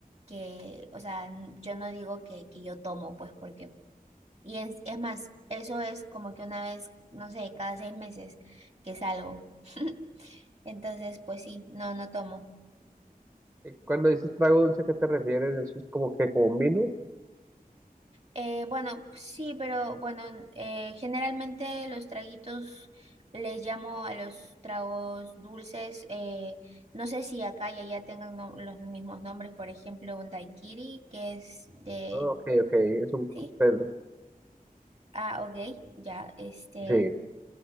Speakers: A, on the right; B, on the right.
A: que, o sea, n- yo no digo que, que yo tomo, pues porque, y es, es más, eso es como que una vez, no sé, cada seis meses que salgo. <laughs> Entonces, pues sí, no, no tomo.
B: Y Cuando dices trago dulce, ¿a qué te refieres? ¿Eso es como que como un vino?
A: Eh, bueno, sí, pero bueno, eh, generalmente los traguitos les llamo a los tragos dulces. eh, no sé si acá y allá tengan no- los mismos nombres, por ejemplo, un daiquiri, que es de...
B: Ah, ok, ok, es un
A: ¿sí?
B: cóctel.
A: Ah, ok, ya, este,
B: Sí,